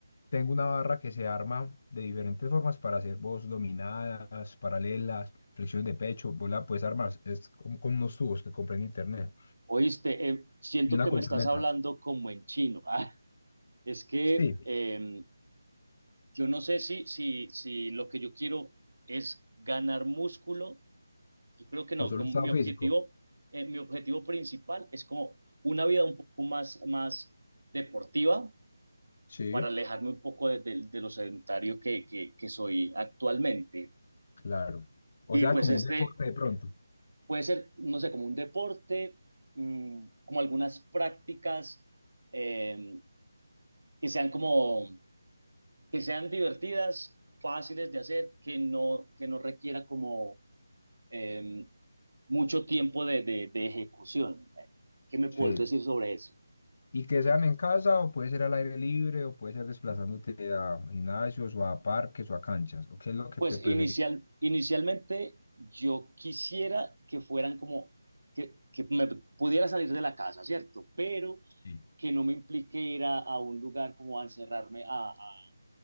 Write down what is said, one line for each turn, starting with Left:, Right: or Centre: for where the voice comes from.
Left: Tengo una barra que se arma de diferentes formas para hacer vos dominadas, paralelas, flexiones de pecho. Vos la puedes armar, es como con unos tubos que compré en internet.
Right: oíste, eh, siento
Left: Y una
Right: que
Left: colchoneta.
Right: me estás hablando como en chino. <laughs> Ah, es que
Left: Sí,
Right: em, yo no sé si, si, si lo que yo quiero es ganar músculo. Yo creo que no,
Left: o solo
Right: como
Left: estado
Right: mi objetivo,
Left: físico.
Right: eh, mi objetivo principal es como una vida un poco más, más deportiva
Left: Sí,
Right: para alejarme un poco de, de- de lo sedentario que, que, que soy actualmente.
Left: claro. O
Right: Y
Left: sea,
Right: pues
Left: como
Right: este
Left: un deporte de pronto.
Right: puede ser, no sé, como un deporte, mm, como algunas prácticas eh, que sean como, que sean divertidas, fáciles de hacer, que no, que no requiera como eh, mucho tiempo de, de, de ejecución. ¿Qué me
Left: Sí.
Right: puedes decir sobre eso?
Left: Y que sean en casa o puede ser al aire libre o puede ser desplazándote a gimnasios o a parques o a canchas. ¿O qué es lo que
Right: Pues
Left: te preferís?
Right: inicial, inicialmente yo quisiera que fueran como, que, que me pudiera salir de la casa, ¿cierto? Pero
Left: Sí.
Right: que no me implique ir a, a un lugar como a encerrarme a, a,